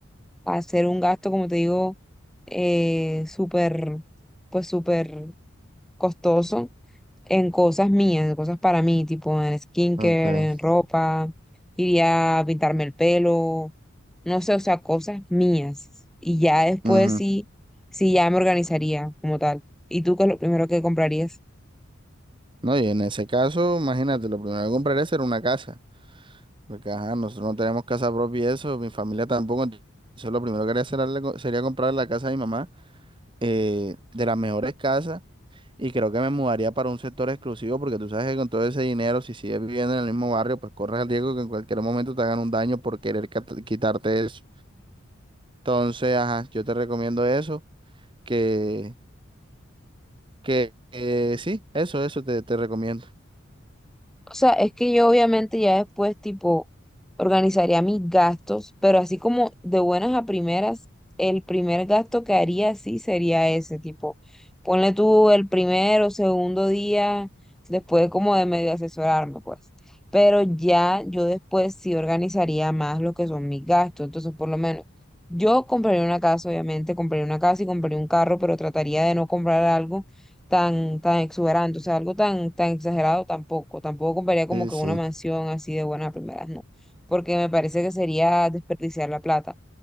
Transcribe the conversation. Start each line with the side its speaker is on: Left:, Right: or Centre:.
Centre: a hacer un gasto, como te digo, eh, súper, pues súper costoso en cosas mías, en cosas para mí, tipo en skincare,
Right: Okay.
Centre: en ropa, iría a pintarme el pelo, no sé, o sea, cosas mías. Y ya después
Right: Ujú.
Centre: sí, sí ya me organizaría como tal. ¿Y tú qué es lo primero que comprarías?
Right: No, y en ese caso, imagínate, lo primero que compraría sería una casa, porque ajá, nosotros no tenemos casa propia y eso, mi familia tampoco, entonces lo primero que haría sería, sería comprar la casa de mi mamá, eh, de las mejores casas. Y creo que me mudaría para un sector exclusivo porque tú sabes que con todo ese dinero, si sigues viviendo en el mismo barrio, pues corres el riesgo que en cualquier momento te hagan un daño por querer cat- quitarte eso. Entonces, ajá, yo te recomiendo eso, que, que eh, sí, eso, eso te, te recomiendo.
Centre: O sea, es que yo obviamente ya después, tipo, organizaría mis gastos, pero así como de buenas a primeras, el primer gasto que haría sí sería ese, tipo, ponle tú el primero, o segundo día, después como de medio asesorarme, pues. Pero ya yo después sí organizaría más lo que son mis gastos, entonces por lo menos yo compraría una casa, obviamente, compraría una casa y compraría un carro, pero trataría de no comprar algo tan, tan exuberante, o sea, algo tan, tan exagerado tampoco. Tampoco compraría como
Right: Sí,
Centre: que
Right: sí,
Centre: una mansión así de buena a primeras, no, porque me parece que sería desperdiciar la plata.